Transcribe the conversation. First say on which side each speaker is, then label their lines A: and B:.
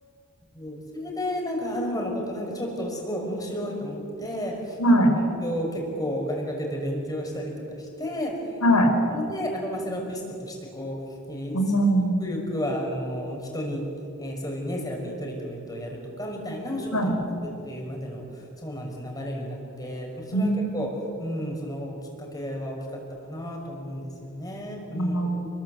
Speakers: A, on the left (about 15°); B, on the left (about 90°).
A: そうそれで、なんかアロマのこと、なんかちょっとすごい面白いと思って、
B: え、はい、
A: なんか勉強、結構お金かけて勉強したりとかして、
B: はい、
A: うん、それでアロマセラピストとして、こう、えーゆくゆくは、
B: うん、
A: あの人に、えーそういうね、セラピートリートメントをやるとか、みたいなお仕事に就くっていうまでの、
B: はい。
A: そうなんです、流れになって、もうそれは結構、
B: うん、
A: うん、そのきっかけは大きかったかなと思うんですよね。うん。
B: あの、